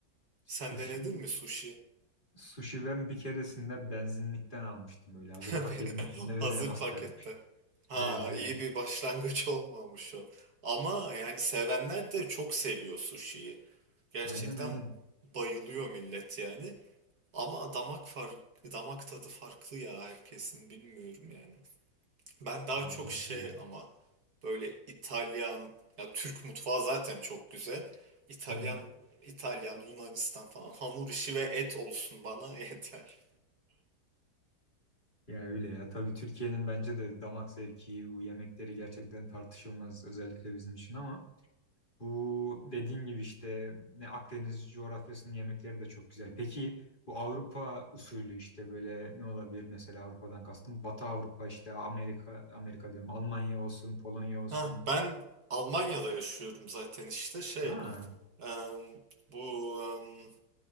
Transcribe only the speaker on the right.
Sen
denedin mi sushi?
<laughs>
Hazır
pakette.
Ha,
iyi bir başlangıç olmamış o. Ama yani sevenler de çok seviyor sushi'yi. Gerçekten
bayılıyor millet yani. Ama damak farkı, damak tadı farklı ya herkesin bilmiyorum yani. Ben daha
çok
şey
ama böyle İtalyan, ya Türk mutfağı zaten çok güzel. İtalyan,
İtalyan, Yunanistan falan hamur işi ve et olsun bana <laughs> yeter.
Ha, ben Almanya'da yaşıyorum zaten işte şey
em, bu em,